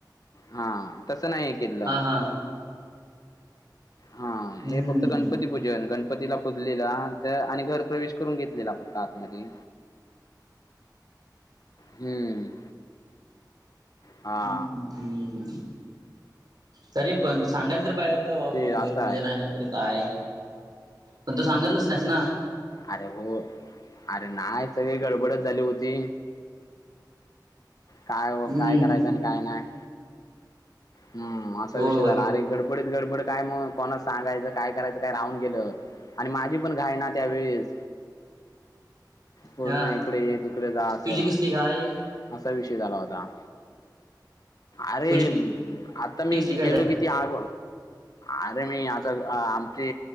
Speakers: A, on the left (about 55°); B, on the right (about 60°).
A: हा तसं नाही केल.
B: हा हा
A: हा
B: हम्म
A: हे फ तो गणपती पूजन. गणपतीला पूजलेला आत आणि घर प्रवेश करून घेतलेला फक्त आतमध्ये हम्म. हा
B: हम् हम् हम् तरी पण सांगायला तरी पाहिजेत. तवा
A: ते
B: फूल
A: असं
B: घर पूजन आहे. नाहीतर काय पण तू सांगितलंच नाहीस ना.
A: अरे हो. अरे नाही सगळी गडबडत झाली होती. काय
B: हम्म
A: काय करायचं आणि काय नाही हम्म असा
B: होय
A: विषय झाला अरे गडब बडीत गडबड काय कोणा सांगायचं. काय करायंच काय राहून गेलं. आणि माझी पण घाय ना त्यावेळेस, पूर्ण
B: हा
A: इकडे ये तिकडे जा असं.
B: तुझी कसली काय
A: असा विषय झाला होता. अरे
B: तुझी
A: आता मी
B: कसली काय
A: गेलो कि, ती आग अरे मी आता आमची